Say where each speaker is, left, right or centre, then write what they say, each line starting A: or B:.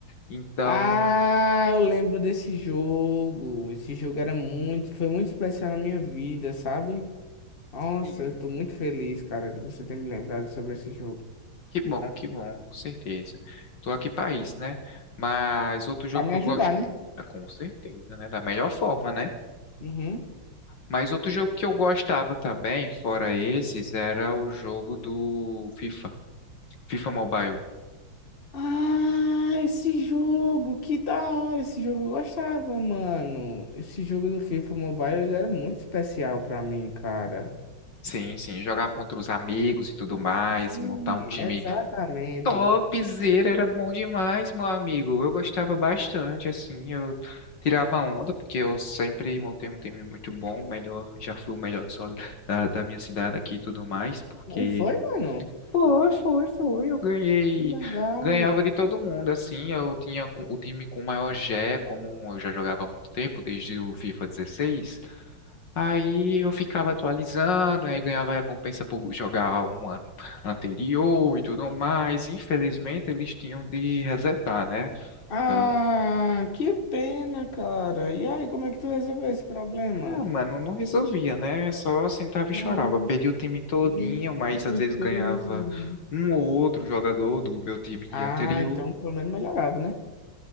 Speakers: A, on the left; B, on the left.
A: Então,
B: Ah, eu lembro desse jogo. Esse jogo era muito, foi muito especial na minha vida, sabe? Nossa,
A: sim,
B: eu tô muito feliz, cara, de você ter me lembrado sobre esse jogo.
A: Que bom, que bom, com certeza. Tô aqui pra isso, né? Mas outro jogo
B: Pra me
A: que eu
B: ajudar,
A: gosto,
B: né?
A: com certeza, né? Da melhor forma, né?
B: Uhum.
A: Mas outro jogo que eu gostava também, fora esses, era o jogo do FIFA, FIFA Mobile.
B: Ah, esse jogo, que da hora, esse jogo eu gostava, mano. Esse jogo do FIFA Mobile, ele era muito especial pra mim, cara.
A: Sim, sim, jogar contra os amigos e tudo mais,
B: Sim,
A: montar um time
B: exatamente.
A: Topzera, era bom demais, meu amigo. Eu gostava bastante, assim, eu tirava onda, porque eu sempre montei um time muito bom, melhor, já fui o melhor do solo da, da minha cidade aqui e tudo mais, porque
B: E foi, mano?
A: foi, foi, foi, eu ganhei,
B: Que legal.
A: ganhava de todo mundo, assim, eu tinha com- o time com o maior G, E, como eu já jogava há muito tempo, desde o FIFA 16, Aí eu ficava atualizando, aí ganhava recompensa por jogar um ano anterior e tudo mais. Infelizmente, eles tinham de resetar, né?
B: Ah,
A: Dava-
B: que pena, cara. E aí, como é que tu resolveu esse problema?
A: Ah, mano, não resolvia, né? Só sentava e
B: Ah,
A: chorava. Perdi o time todinho,
B: que,
A: mas
B: que tristeza,
A: às vezes ganhava
B: mano.
A: um ou outro jogador do meu time
B: Ah,
A: anterior.
B: então pelo menos melhorava, né?